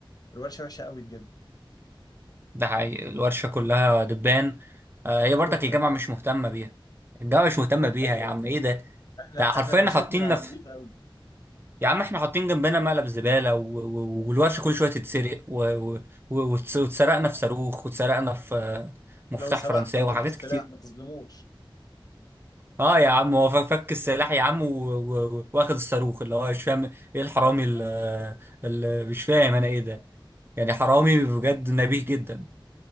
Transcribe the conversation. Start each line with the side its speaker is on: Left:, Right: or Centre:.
Left: الورشه وحشه قوي بجد
Right: ده حقيقي الورشة كلها دبان آه، هي
Left: <laughs>
Right: برضك الجامعة مش مهتمة بيها الجامعة مش مهتمة بيها
Left: ايوه
Right: يا عم ايه ده
Left: احنا
Right: ده حرفيا
Left: احنا ورشتنا
Right: حاطيننا في
Left: نظيفه قوي
Right: يا عم احنا حاطين جنبنا مقلب زبالة و... و... والورشة كل شوية تتسرق و... و... و... وتس- وتسرقنا في صاروخ وتسرقنا في آه،
Left: لو
Right: مفتاح
Left: سمحت
Right: فرنساوي
Left: وفك
Right: وحاجات
Left: السلاح
Right: كتير
Left: ما تظلموش
Right: اه يا عم هو فك فك السلاح يا عم و... و... واخد الصاروخ اللي هو مش فاهم ايه الحرامي اللي...
Left: <laughs>
Right: اللي مش فاهم انا ايه ده يعني حرامي بجد نبيه جدا